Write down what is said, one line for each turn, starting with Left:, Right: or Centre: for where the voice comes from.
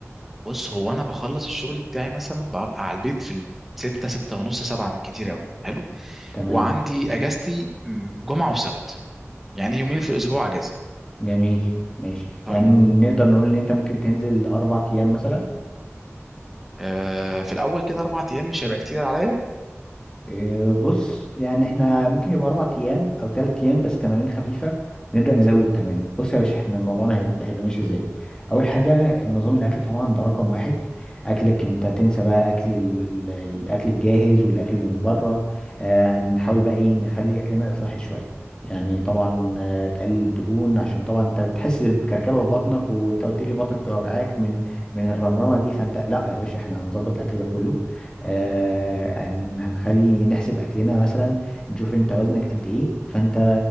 Centre: بص هو انا بخلص الشغل بتاعي مثلا ببقى على البيت في الستة ستة ونص سبعة بالكتير قوي حلو
Left: تمام
Centre: وعندي اجازتي م، جمعة وسبت يعني يومين في الاسبوع اجازة
Left: جميل ماشي
Centre: طيب
Left: يعني نقدر نقول إن أنت ممكن تنزل أربع أيام مثلا
Centre: آه في الاول كده اربع ايام مش هيبقى كتير عليا
Left: إيه، بص يعني احنا ممكن يبقى اربع ايام او ثلاث ايام بس تمارين خفيفه ونبدا نزود التمارين بص يا باشا احنا موضوعنا هيبقى هيبقى ماشي ازاي اول حاجه نظام الاكل طبعا ده رقم واحد اكلك انت تنسى بقى اكل ال- الاكل الجاهز والاكل اللي من بره آه نحاول بقى ايه نخلي اكلنا صحي شويه يعني طبعا آه، تقلل الدهون عشان طبعا انت بتحس بكركبه في بطنك وانت قلت لي بطنك بتوجعك من من الرمرمه دي فانت لا يا باشا احنا هنظبط الاكل ده كله آه، هن- هنخلي نحسب اكلنا مثلا نشوف انت وزنك قد ايه فانت